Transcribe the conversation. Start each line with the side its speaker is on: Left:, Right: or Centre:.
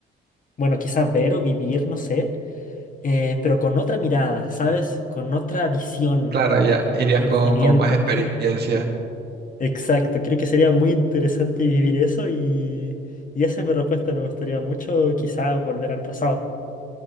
Left: bueno, quizás ver o vivir, no sé, eh, pero con otra mirada, ¿sabes? Con otra visión,
Right: Claro, ya
Left: con
Right: irías
Left: otro pensamiento.
Right: con, con más experiencia.
Left: <laughs> Exacto, creo que sería muy interesante vivir eso y, y esa es mi respuesta. Me gustaría mucho quizás volver al pasado.